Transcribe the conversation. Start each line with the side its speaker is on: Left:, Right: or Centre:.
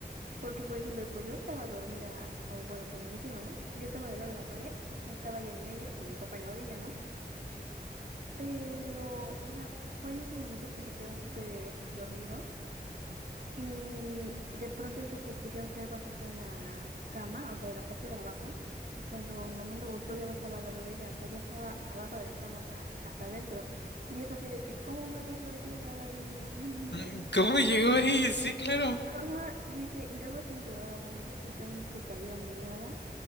Right: Porque, por ejemplo, pues yo estaba dormida, o bueno, como me dice mi mamá, yo estaba del lado de la pared, estaba allá en medio y mi papá en la orilla, ¿no? Pero, o sea, fue en esos momentos que se quedaron súper dormidos y de pronto dice que escucharon que algo azotó en la cama, o sea, de la parte de abajo. Y cuando mamá me buscó ya no estaba al lado de ella, o sea, ya estaba abajo de la cama, o sea, hasta adentro. Y es así de que, ¿cómo más les va a llegar ahí una <laughs> niña?
Left: <gasps> ¿Cómo llegó ahí? Sí, claro.
Right: Ajá, dice, y luego sin llorar, o sea, no se escuchó ni su caída ni nada.